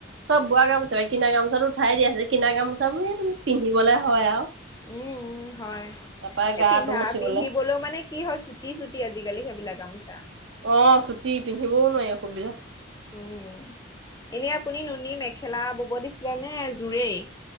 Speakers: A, on the right (about 70°); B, on the left (about 20°).
A: চব বোৱা গামোচা বাাই কিনা গামোচাটো উঠাই দিয়াছে কিনা গামোচাৰে তুমি পিন্ধিবলৈ হয় আৰু
B: উম হয়
A: তাৰপা
B: এই
A: গাটো
B: পিন্ধা
A: মুচিবলে।
B: পিন্ধিবলৈও মানে কি হয় চুটি চুটি আজিকালি সেইবিলাক গামোছা
A: অঁ চুটি পিন্ধিবওঁ নোৱাৰি অসুবিধা
B: উম এনেই আপুনি নুনী মেখেলা বব দিছিলে নে জোৰেই